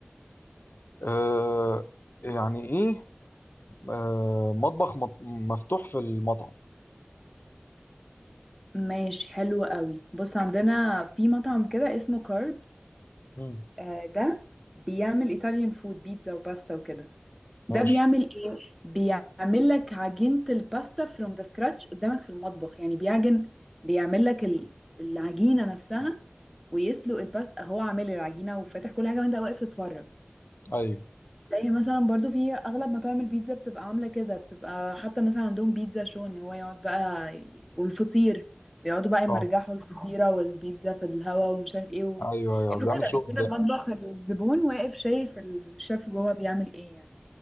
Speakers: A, on the left; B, in the centre.
A: آه يعني ايه آه مطبخ مط- مفتوح في المطعم
B: ماشي حلو قوي بص عندنا في مطعم كده اسمه كاربس
A: مم.
B: آه ده بيعمل ايطاليان فود بيتزا وباستا وكده ده
A: ماشي
B: بيعمل ايه بيعمل لك عجينة الباستا from the scratch قدامك في المطبخ يعني بيعجن بيعمل لك ال- العجينة نفسها ويسلق الباستا هو عامل العجينة وفاتح كل حاجة وانت واقف تتفرج
A: ايوه
B: زي مثلا برضو في اغلب مطاعم البيتزا بتبقى عاملة كده بتبقى حتى مثلا عندهم بيتزا شو ان هو يقعد بقى ي- والفطير بيقعدوا بقى يمرجحوا
A: اه
B: الفطيرة والبيتزا في الهوا ومش عارف ايه و...
A: ايوه ايوه
B: انه
A: بيعمل
B: كده
A: شغل
B: بيكون المطبخ الزبون واقف شايف الشيف جوه بيعمل ايه يعني